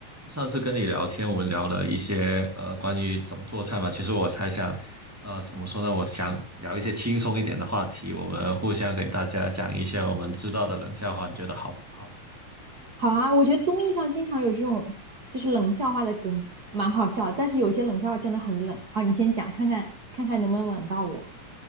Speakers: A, in the centre; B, on the right (about 40°).
A: 上次跟你聊天，我们聊了一些呃关于怎么做菜嘛。其实我猜想，呃，怎么说呢？我想聊一些轻松一点的话题，我们互相给大家讲一些我们知道的冷笑话，你觉得好不好？
B: 好啊，我觉得综艺上经常有这种就是冷笑话的梗，蛮好笑的。但是有些冷笑话真的很冷。好，你先讲，看看看看能不能冷到我。